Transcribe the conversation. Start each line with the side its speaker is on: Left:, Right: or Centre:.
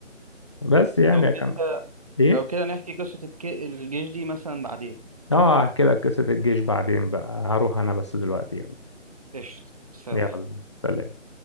Left: بس يعني
Right: لو كده
Left: يا جماعة إيه؟
Right: لو كده نحكي قصة الك- الجيش دي مثلا بعدين
Left: اه هحكي لك قصة الجيش بعدين بقى هروح أنا بس دلوقتي يلا
Right: قشطة سلام
Left: يلا سلام